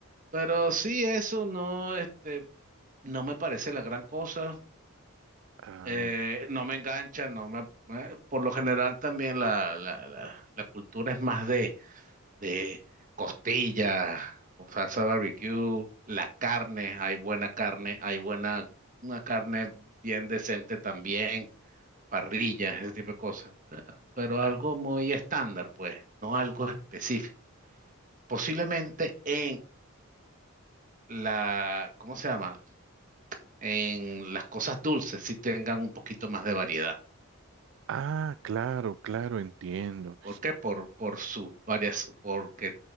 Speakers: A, on the right; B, on the right.
A: Pero sí, eso no, este, no me parece la gran cosa.
B: Ah,
A: Eh, no me engancha, no me, me- por lo general también la, la, la, la cultura es más de, de costillas, con salsa barbecue, la carne, hay buena carne, hay buena, una carne bien decente también, parrillas, ese tipo de cosas. O sea, Pero algo muy estándar, pues, no algo específico. Posiblemente en la, ¿cómo se llama? en las cosas dulces sí tengan un poquito más de variedad.
B: Ah, claro, claro, entiendo.
A: ¿Por qué? Por, por sus varias, porque